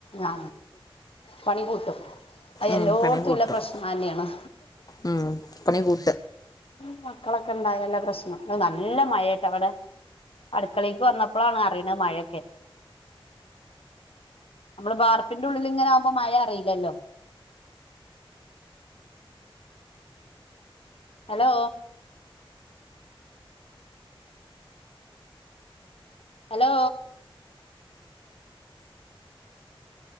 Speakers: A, on the left; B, on the left.
A: ആ പണി കൂട്ടും അയ്
B: ഉം
A: എല്ലോട്ത്തുല്ല
B: പണി കൂട്ടും
A: പ്രശ്ണന്നേണ്.
B: ഉം പണി കൂട്ട
A: ഇ മക്കളൊക്കണ്ടായാല പ്രശ്നം. അയ് നല്ല മഴായാട്ട വിടെ. അടുക്കളീക്ക് വന്നപ്പളാണ് അറിണ് മഴയൊക്കെ. നമ്മള് ബാർപ്പിൻ്റുള്ളില്ങ്ങനെ ആവുമ്പോ മഴ അറിയില്ലല്ലോ. ഹലോ ഹലോ